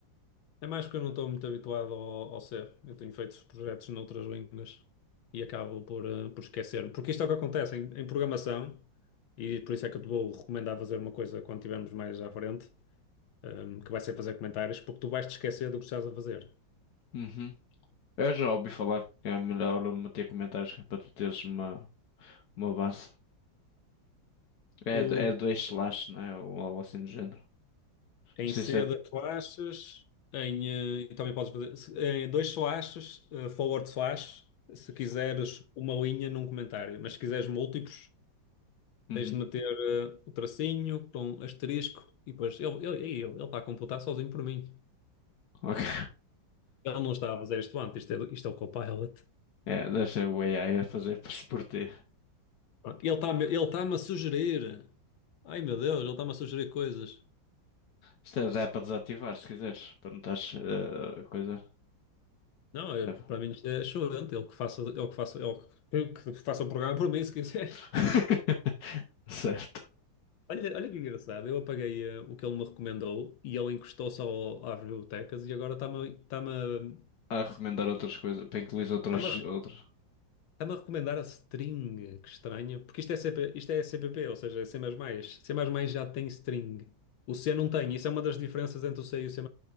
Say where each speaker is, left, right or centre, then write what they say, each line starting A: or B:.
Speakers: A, on the left (about 85°); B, on the left (about 60°).
A: É mais que eu não estou muito habituado ao, ao C. Eu tenho feito projetos noutras línguas e acabo por, eh, por esquecer-me. Porque isto é o que acontece em, em programação, e por isso é que eu te vou recomendar fazer uma coisa quando estivermos mais à frente, ehm, que vai ser fazer comentários, porque tu vais te esquecer do que estás a fazer.
B: Uhum. Eu já ouvi falar que é melhor meter comentários que é para tu teres uma, uma base. É,
A: Tu,
B: do- é
A: tu-
B: dois slash, né? Ou algo assim do género.
A: em
B: Não sei
A: C
B: se é.
A: das slashes, em, eh, e também podes fazer se- em dois slashes, eh, forward slash, se
B: se-
A: quiseres uma linha num comentário, mas se quiseres múltiplos.
B: Uhum.
A: Tens de meter eh, o tracinho com asterisco e depois ele, ele, ele, ele está a computar sozinho por mim.
B: Ok.
A: Ele não está a fazer isto antes, isto é, isto é o Copilot.
B: É, deixa o AI a fazer por si por ti.
A: Pronto, Ele está-me ele está-me a sugerir. Ai meu Deus, ele está-me a sugerir coisas.
B: Isto é, dá para desativar se quiseres, para não estás eh, a coisa.
A: Não, é-
B: É.
A: para mim isto é excelente. Ele que faça, ele que faça, ele que que faça o programa por mim, se quiser.
B: <laughs> Certo.
A: <laughs> Olha, olha que engraçado. Eu apaguei eh, o que ele me recomendou e ele encostou só ao- às bibliotecas e agora está-me está-me a-
B: A recomendar outras coisas, para incluir outras,
A: está-me a
B: outras.
A: Está-me a recomendar a string, que estranho. Porque isto é, C P, isto é C P P, ou seja, é C++. C++ já tem string. O C não tem. Isso é uma das diferenças entre o C e o C++.